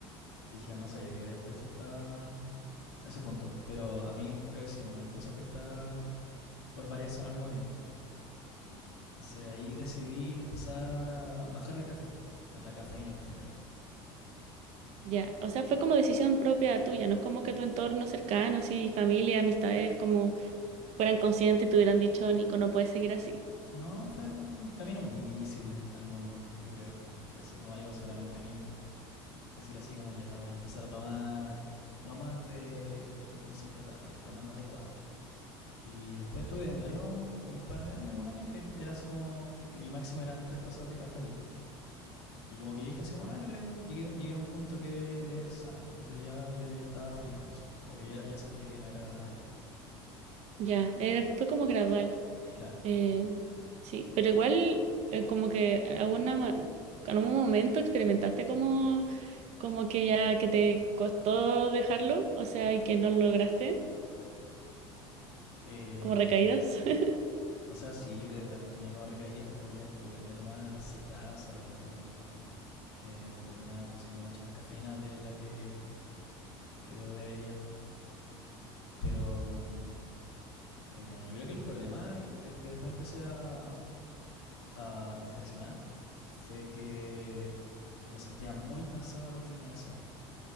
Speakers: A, on the left; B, on the right.
A: Dije, no sabía que te afectaba a ese punto. Pero a mí creo que sí, igual me empezó a afectar por varias zonas al mismo tiempo. Entonces ahí decidí empezar a bajar el café, po, a la cafeína en general.
B: Ya, o sea, fue como decisión propia tuya, no es como que tu entorno cercano, así, familia, amistades, como fueran conscientes y te hubieran dicho, Nico, no puedes seguir así.
A: No, fue un camino muy invisible al mundo, yo creo. Fue eso como algo solamente mío. Decir así como ya voy a empezar a tomar no más de, por ejemplo, cinco tazas y después no más de cuatro. Y después tuve varios, como un par de años, un año que era así como que mi máximo eran tres tazas de café al día. Y como que yo dije así, como, ah, logré un, llegué, llegué a un punto que es sano. Entonces ya yo ya estaba feliz con eso. Como que ya, ya sentía que no era adicto.
B: Ya, era, fue como gradual.
A: Claro.
B: eh, sí, pero igual, eh, como que alguna, ma- en algún momento experimentaste como, como que ya, que te costó dejarlo, o sea, y que no lo lograste,
A: Eh,
B: como recaídas. <laughs>
A: o sea, sí, yo creo que también tenía como recaídas, como días que igual me tomaba las seis tazas, o como que terminaba consumiendo mucha más cafeína de la que creo debería. Pero mm, eh, yo creo que el problema y de- que después empecé a, a reflexionar fue que me sentía muy cansado los fines de semana.